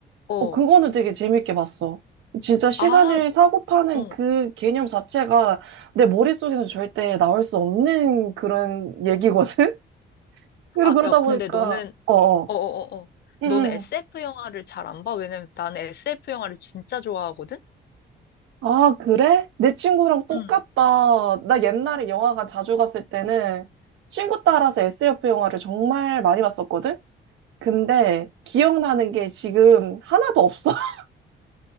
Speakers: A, on the left; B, on the right.
A: 어,
B: 어, 그거는 되게 재밌게 봤어. 진짜 시간을
A: 아,
B: 사고 파는
A: 응.
B: 그 개념 자체가 내 머릿속에서 절대 나올 수 없는 그런 얘기거든? <laughs> 그리고
A: 아,
B: 그러다
A: 야, 근데
B: 보니까,
A: 너는,
B: 어, 어.
A: 어, 어, 어, 어.
B: 응,
A: 너는 SF
B: 응.
A: 영화를 잘 안 봐? 왜냐면 나는 SF 영화를 진짜 좋아하거든?
B: 아, 그래? 내 친구랑 똑같다.
A: 응.
B: 나 옛날에 영화관 자주 갔을 때는 친구 따라서 SF 영화를 정말 많이 봤었거든? 근데 기억나는 게 지금 하나도 없어. <laughs>